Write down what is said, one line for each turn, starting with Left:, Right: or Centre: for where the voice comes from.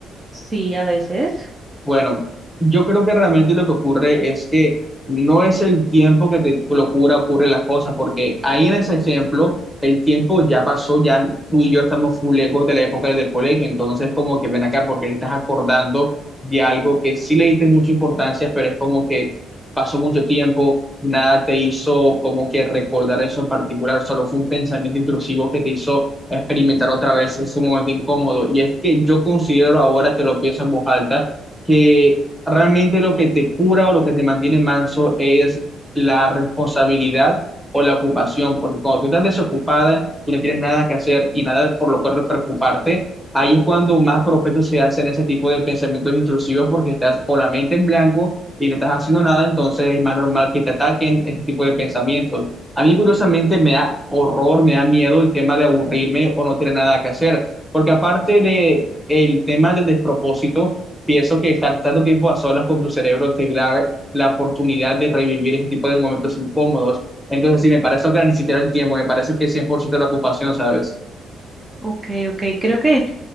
Right: Sí, a veces.
Centre: Bueno, yo creo que realmente lo que ocurre es que no es el tiempo que te lo cura, ocurre las cosas, porque ahí en ese ejemplo, el tiempo ya pasó, ya tú y yo estamos muy lejos de la época del colegio, entonces como que ven acá porque te estás acordando de algo que sí le diste mucha importancia, pero es como que pasó mucho tiempo, nada te hizo como que recordar eso en particular, solo fue un pensamiento intrusivo que te hizo experimentar otra vez ese momento incómodo. Y es que yo considero ahora que lo pienso en voz alta, que realmente lo que te cura o lo que te mantiene manso es la responsabilidad o la ocupación, porque cuando tú estás desocupada y no tienes nada que hacer y nada por lo cual preocuparte, ahí es cuando más propensos se hacen ese tipo de pensamientos intrusivos porque estás con la mente en blanco y no estás haciendo nada, entonces es más normal que te ataquen ese tipo de pensamientos. A mí curiosamente me da horror, me da miedo el tema de aburrirme o no tener nada que hacer, porque aparte de el tema del despropósito, Pienso que estar tanto tiempo a solas con tu cerebro te da la oportunidad de revivir ese tipo de momentos incómodos. Entonces, sí, me parece que ni siquiera el tiempo, me parece que es cien por ciento la ocupación, ¿sabes?
Right: okay okay creo que